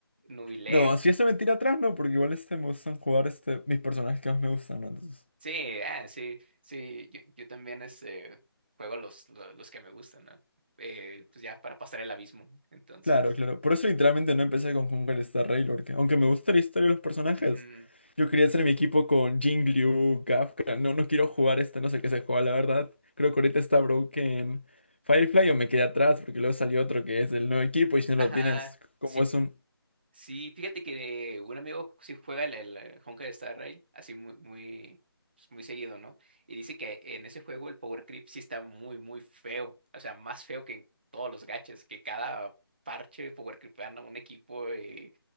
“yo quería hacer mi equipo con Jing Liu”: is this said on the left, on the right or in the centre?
Left